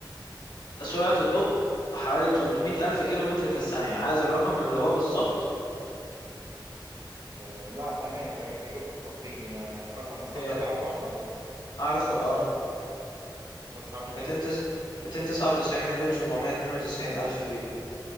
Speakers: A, on the left; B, on the right.
A: سرعة الضوء حوالي 300 ألف كيلو متر في الثانية عايز الرقم اللي هو بالظبط
B: آه لا تمام تمام ده جبته تقريبي يعني رقم بالظبط
A: هي
B: انت عارفه اصلا
A: عارفه اه
B: طب حوالي كام
A: 200 تس- 299 مليون 792 ألف كيلو